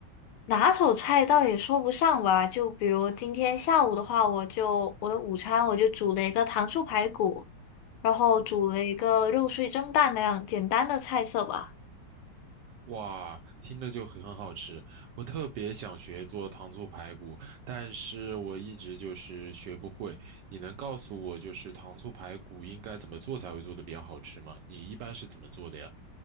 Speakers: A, on the left; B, on the right.
A: 拿手菜倒也说不上吧，就比如今天下午的话，我就我的午餐我就煮了一个糖醋排骨，然后煮了一个肉碎蒸蛋那样简单的菜色吧。
B: 哇，听着就很好吃，我特别想学做糖醋排骨，但是我一直就是学不会。你能告诉我就是糖醋排骨应该怎么做才会做的比较好吃吗？你一般是怎么做的呀？